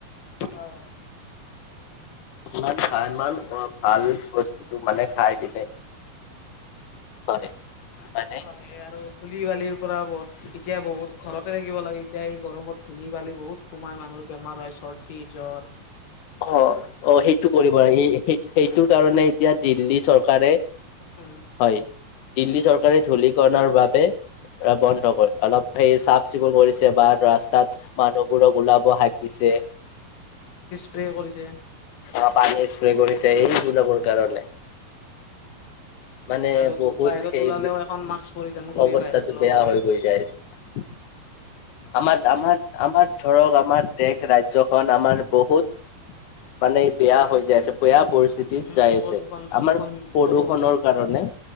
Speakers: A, on the left (about 80°); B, on the left (about 65°).
A: হয়, হয়
B: ইমান ভাল ইমান অ ভাল বস্তু। টো মানে খাই কিনে হয়। মানে
A: হয় আৰু ধুলি বালিৰ পৰা ব এতিয়া বহুত ঘৰতে থাকিব লাগে এতিয়া এই গৰমত ধূলি বালি বহুত সোমাই মানুহৰ বেমাৰ হয় চৰ্দি জ্বৰ
B: অ অ সেইটো কৰিব সেইটো কাৰণে এতিয়া দিল্লী চৰকাৰে
A: অ
B: হয় দিল্লী চৰকাৰে ধূলিকণাৰ বাবে বন্ধ কৰে অলপ সেই চাফ চিকুণ কৰিছে বা ৰাস্তাত। মানুহবোৰক ওলাব হাক দিছে।
A: প্লে কৰিছে।
B: অ পানী স্প্ৰে কৰিছে এইবিলাবৰ কাৰণে, মানে
A: আৰু
B: বহুত
A: বাহিৰত
B: সেই,
A: ওলালেও এখন মাস্ক পৰিধান কৰি
B: অৱস্থাটো
A: বাহিৰত ওলাব
B: বেয়া
A: লাগে
B: হৈ গৈ যাইছে আমাৰ আমাৰ আমাৰ ধৰক আমাৰ দেশ ৰাজ্যখন আমাৰ বহুত মানে এই বেয়া হৈ যায়ছে বেয়া ব সিতিত
A: উম
B: যাই আছে
A: প্ৰদূষণ প্ৰদূষণ
B: আমাৰ প্ৰদূষণৰ
A: প্ৰদূষণ
B: কাৰণে,